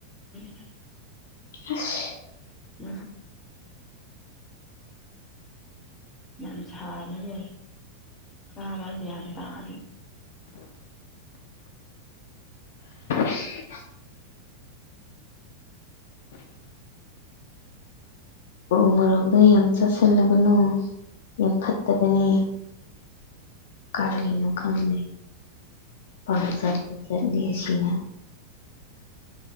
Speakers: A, on the left; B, on the left.
A: <inaudible>
B: <inaudible>
A: <unintelligible> ꯌꯥꯝ ꯁꯥꯕꯒ ꯆꯥꯕ ꯒ꯭ꯌꯥꯟ ꯇꯥꯗꯦ
B: <inaudible> ꯎ ꯃꯔꯣꯛꯗ ꯌꯥꯝ ꯆꯥꯁꯤꯜꯂꯒꯅꯨ ꯌꯥꯝ ꯐꯠꯇꯕꯅꯦ ꯀꯔꯤꯅꯣ ꯈꯪꯗꯦ ꯄꯥꯡꯆꯠꯇ ꯆꯠꯂꯦ ꯑꯁꯤꯅ